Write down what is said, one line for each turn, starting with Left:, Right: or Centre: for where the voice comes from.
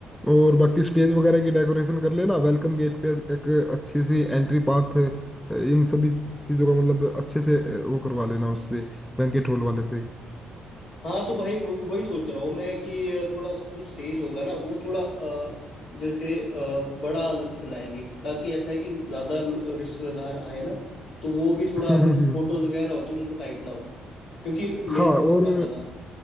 Centre: और बाकी स्टेज वगैरह की डेकोरेशन कर लेना वेलकम गेट पे एक अच्छी सी एंट्री पाथ इन सभी चीजों का मतलब अच्छे से अ, वो करवा लेना उससे बैंकेट हॉल वाले से <laughs>
Left: हाँ तो भाई व- वही सोच रहा हूँ मैं कि थोड़ा जो स्टेज होगा ना वो थोड़ा अ, जैसे अ, बड़ा बनाएंगे ताकि ऐसा है कि ज़्यादा लो- रिश्तेदार आए ना तो वो भी थोड़ा
Centre: हम्म,
Left: मतलब
Centre: हम्म, हम्म।
Left: फोटोज वगैरह हो तो उनको टाइट ना हो क्योंकि
Centre: हाँ
Left: मेरे को
Centre: और
Left: ऐसा पता